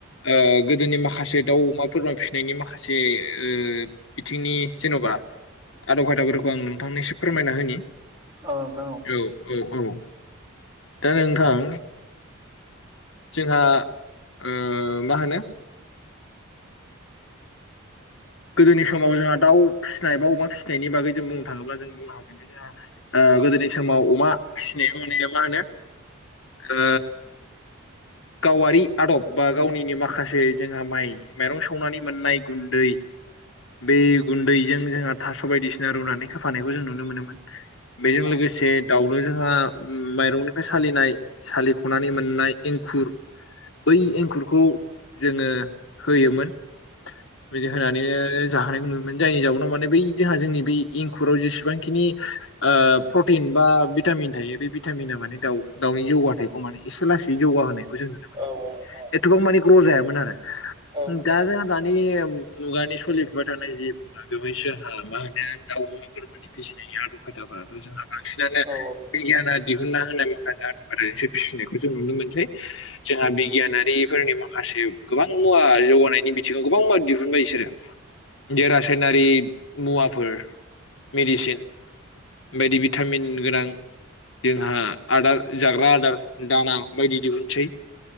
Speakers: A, on the left; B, on the right.
A: ओ गोदोनि माखासे दाउ अमा बोरमा फिसिनायनि माखासे ओ बिथिंनि जेनबा आदब खायदाफोरखौ आं नोंथांनिसिम फोरमायना होनि
B: औ नोंथां
A: औ औ औ दा नोंथां जोंहा ओ मा होनो गोदोनि समाव जोंहा दाउ फिसिनाय बा अमा फिसिनायनि बागै जों बुंनो थाङोब्ला जों बुंनो हागोन जे जोंहा ओ गोदोनि समाव अमा फिसिनायाव माने मा होनो ओ गावारि आदब बा गावनिनो माखासे जोंहा माइ माइरं सौनानै मोननाय गुन्दै बे गुन्दैजों जोंहा थास बायदिसिना रुनानै होफानायखौ जों नुनो मोनो बेजों
B: औ
A: लोगोसे दाउनो जोंहा माइरंनिफ्राय सालिनाय सालिखनानै मोननाय‌ एं खुर बै एंखुरखौ जोङो होयोमोन बिदि होनानै जाहोनायखौ नुनो मोन जायनि जाउनाव माने बै जोंहा जोंनि बै एंखुराव जेसेबांखिनि ओ प्रटिन बा भिटामिन थायो बे भिटामिना माने दाउ दाउनि जौगाथायखौ माने एसे लासै जौगाहोयो बेखौ जों नुनो‌ मोनोमोन
B: औ
A: माने
B: नोंथां
A: एथबां माने ग्र जायामोन आरो
B: औ औ नोंथां
A: दा जों दानि मुगानि सलिफुबाय थानाय जि दा बेवहाय जोंहा मा होनो दाउ अमा बोरमानि फिसिनाय आदब खायदाफोराथ‌‌ जोंहा बांसिनानो
B: औ
A: बिगियाना दिहुनना होनाय माखासे आदब खायदाजोंसो फिसिनायखौ जों नुनो मोनसै जोंहा बिगियानारिफोरनि माखासे गोबां मुवा जौगानायनि बिथिङाव गोबां मुवा दिहुनबाय इसोरो <unintelligible> रासायनारि मुवाफोर मेडिसिन बायदि भिटामिन गोनां जोंहा आदार जाग्रा आदार दाना बायदि दिहुन निसै